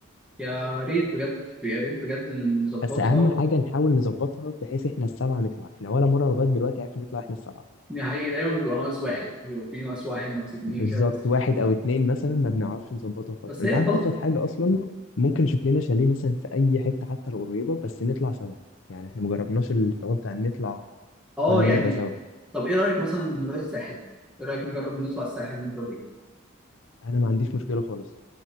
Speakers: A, in the centre; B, on the left (about 70°).
A: يا ريت بجد يا ريت بجد نظبطها
B: بس اهم حاجه نحاول نظبطها بحيث احنا السبعه نطلع احنا ولا مره لغايه دلوقتي عرفنا نطلع احنا السبعه
A: دي حقيقي دايما بيبقى ناقص واحد بيبقى في ناقص واحد ناقص اتنين
B: بالظبط
A: كده بس
B: واحد او اتنين مثلا ما بنعرفش نظبطها خالص
A: بس
B: انت
A: هي
B: عارف ابسط حاجه اصلا ممكن نشوف لنا شاليه مثلا في اي حته حتى لو قريبه بس نطلع سوا يعني احنا مجربناش الحوار بتاع إن نطلع
A: اه
B: كلنا
A: يعني
B: ده سوا
A: طب ايه رايك مثلا نروح الساحل ايه رايك نجرب نطلع الساحل المره دي
B: انا ما عنديش مشكله خالص